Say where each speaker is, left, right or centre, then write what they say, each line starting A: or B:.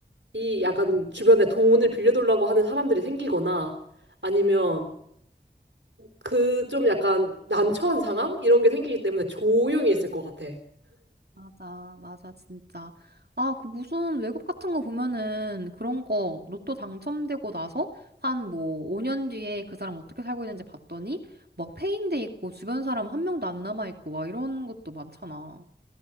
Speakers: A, on the right; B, on the right.
A: 이 약간 주변에 돈을 빌려달라고 하는 사람들이 생기거나, 아니면, 그 좀 약간 난처한 상황? 이런 게 생기기 때문에 조용히 있을 것 같아.
B: 맞아, 맞아, 진짜. 아, 그 무슨 외국 같은 거 보면은 그런 거 로또 당첨되고 나서 한 뭐 5년 뒤에 그 사람 어떻게 살고 있는지 봤더니 막 폐인돼 있고 주변 사람 한 명도 안 남아 있고 막 이런 것도 많잖아.